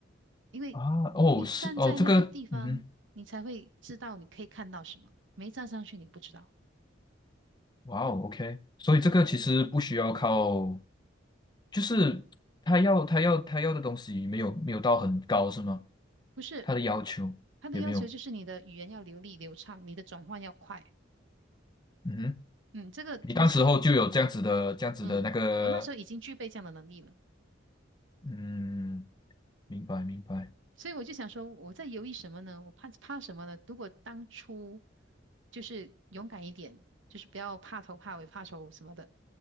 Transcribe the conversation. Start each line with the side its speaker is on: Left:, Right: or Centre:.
Right: 因为
Left: 啊，哦，
Right: 你站在那个地方，
Left: 是哦，这个，嗯哼。
Right: 你才会知道你可以看到什么。没站上去，你不知道。
Left: 哇哦，OK，所以这个其实不需要靠，就是他要他要他要的东西没有没有到很高是吗？
Right: 不是，
Left: 他的要求也没有，
Right: 他的要求就是你的语言要流利流畅，你的转换要快。
Left: 嗯哼，
Right: 嗯，这个我是我
Left: 你当时候就有这样子的这样子的那个，
Right: 嗯，我那时候已经具备这样的能力了。
Left: 嗯，明白明白
Right: 所以我就想说，我在犹豫什么呢？我怕怕什么呢？如果当初就是勇敢一点，就是不要怕头怕尾怕丑什么的，